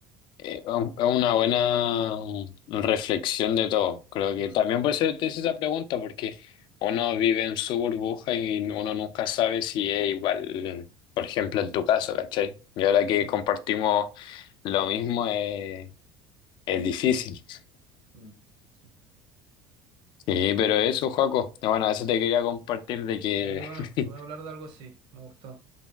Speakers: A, on the left; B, on the right.
A: eh, un- Es una buena reflexión de todo. Creo
B: Mm,
A: que también por
B: sí,
A: eso te hice esa pregunta, porque uno vive en su burbuja y uno nunca sabe si es igual, por ejemplo, en tu caso, ¿cachai? Y ahora que
B: mm,
A: compartimos lo mismo, eh, es difícil.
B: mm, sí.
A: Sí, pero eso, Joaco. Bueno, eso te quería compartir de que
B: Pero qué bueno,
A: <laughs>
B: qué bueno hablar de algo así, me gustó.